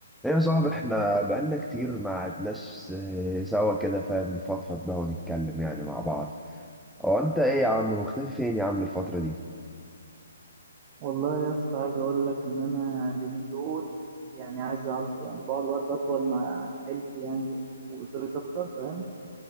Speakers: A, in the centre; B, on the right (about 25°).
A: ايه يا صاحبي احنا بقالنا كتير ما قعدناش آه، سوا كده فاهم نفضفض بقى ونتكلم يعني مع بعض هو انت ايه يا عم مختفي فين يا عم الفترة دي
B: والله يا اسطى عايز اقول لك ان انا اليومين دول يعني عايز اقعد يعني بقعد وقت اطول مع عيلتي يعني و- واسرتي اكتر فاهم